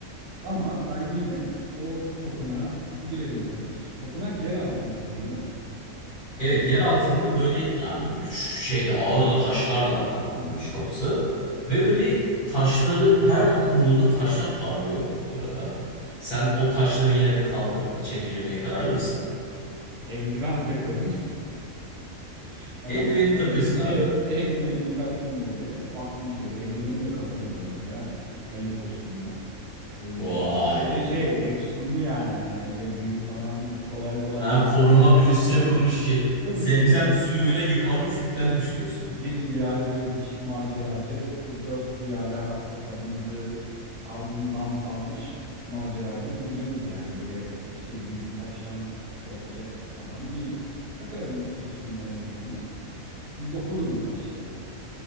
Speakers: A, on the right (about 60°); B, on the left (about 50°).
A: Ama ben yine o tapınağa girerim kardeşim. Tapınak yer altındaydı değil mi?
B: Evet yer altında böyle yani güç şeyde ağır da taşlarla kapatılmış
A: Hı hı.
B: kapısı ve böyle taşları her dokunduğunda taşlar parlıyor bu arada. Sen o taşları yine de kaldırıp içeri girmeye kararlı mısın?
A: Eldiven takarım. <laughs> Hemen
B: Eldivenini
A: çıkınımdaki
B: takıyorsun abi.
A: eldivenimi taktım böyle. Baktım şöyle eldivenim de kalın eldivendir ha. Ayı postumdan. Öyle
B: Vay.
A: bir de şey efsunlu yani hani öyle büyü falan kolay kolay
B: Ha, koruma
A: şey yapmaz
B: büyüsü
A: yani.
B: yapılmış şey.
A: E, tabii
B: Zemzem
A: ki canım.
B: suyuyla yıkanmış, üflenmiş
A: Biz
B: diyorsun.
A: yedi diyarı gezmiş maceracı, e, dört diyara adımızı sal, nam salmış maceracı Onurcanız yani. Öyle iki büyülü taştan korkacak adam değiliz. Takarım efsunlu eldivenimi. Dokunurum taşlara.